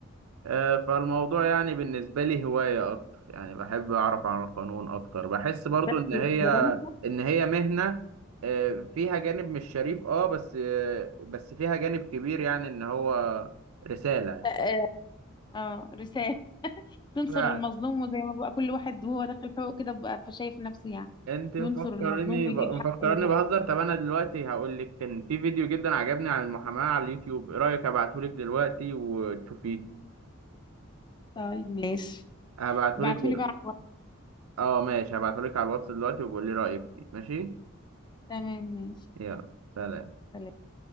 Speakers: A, on the right; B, on the left.
A: آه، فالموضوع يعني بالنسبة لي هواية أكتر يعني بحب أعرف عن القانون أكتر بحس برضو
B: بس
A: إن هي
B: الدراسة
A: إن هي مهنة آه، فيها جانب مش شريف أه بس آه، بس فيها جانب كبير يعني إن هو رسالة
B: آه، اه رسالة تنصر
A: فعلا
B: المظلوم وزي ما بقى كل واحد وهو داخل حقوق كده بقى فشايف نفسه يعني
A: أنت مفكرني
B: ينصر المظلوم ويجيب
A: ب... مفكرني
B: حق المظلوم
A: بهزر طب أنا دلوقتي هقول لك كان في فيديو جدا عجبني عن المحاماة على اليوتيوب إيه رأيك أبعتهولك دلوقتي وتشوفيه
B: طيب ماشي
A: هبعتهولك
B: ابعتهولي
A: دل...
B: بقى على الواتس.
A: أه ماشي هبعتهولك على الواتس دلوقتي وبقول لي رأيك فيه ماشي
B: تمام ماشي
A: يلا سلام
B: سلام.